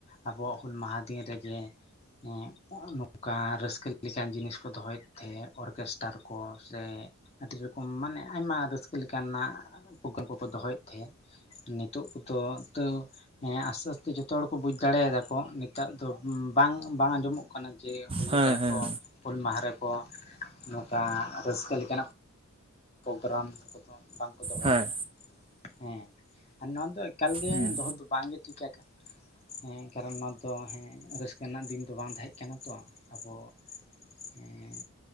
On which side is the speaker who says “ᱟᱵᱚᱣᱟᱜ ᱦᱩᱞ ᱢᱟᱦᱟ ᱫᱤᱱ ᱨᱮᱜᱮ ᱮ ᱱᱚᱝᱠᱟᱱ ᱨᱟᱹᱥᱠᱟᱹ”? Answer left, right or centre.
Left